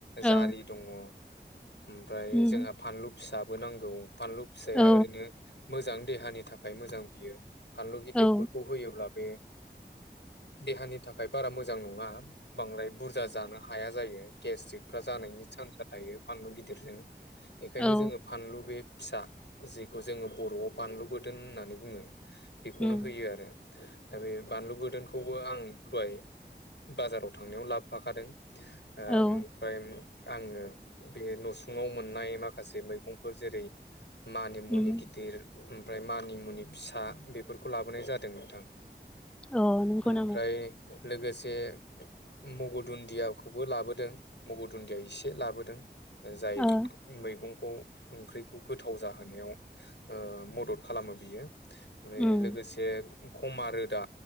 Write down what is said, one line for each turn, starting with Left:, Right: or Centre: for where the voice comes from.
Left: जारि
Centre: औ
Left: दङ ओमफ्राय
Centre: उम
Left: जोंहा फानलु फिसाबो नांगौ फानलु फिसाया
Centre: औ
Left: ओरैनो मोजां देहानि थाखाय मोजां बियो फानलु गिदिरफोरखौ
Centre: औ ओ
Left: होयोब्ला बे देहानि थाखाय बारा मोजां नङा बांद्राय बुरजा जानो हाया जायो गेस्ट्रिकफ्रा जानायनि चान्स थायो फानलु गिदिरजों बेखायनो
Centre: औ
Left: जोङो फानलु बे फिसा जेखौ जोङो बर'आव बानलुबोदोंोन होननानै बुङो बेखौनो
Centre: उम
Left: होयो आरो दा बे बानलु बोरदोनखौबो आं दहाय बाजाराव थांनायाव लाबोफाखादों ओमफ्राय
Centre: औ
Left: आङो बे नसुंङाव मोननाय मा माखासे मैगंफोर जेरै मानि मुनि
Centre: उम
Left: गिदिर ओमफ्राय मानिमुनि फिसा बेफोरखौ लाबोनाय जादों नोंथां
Centre: अ नंगौ
Left: ओमफ्राय
Centre: नामा
Left: लोगोसे मग' दुन्दियाखौबो लाबोदों मग' दुन्दिया इसे ए लाबोदों जाय
Centre: ओ
Left: मैगंखौ ओंख्रिखौ गोथाव जाहोनायाव मदद खालामो बियो माने
Centre: उम
Left: लोगोसे खमा रोदा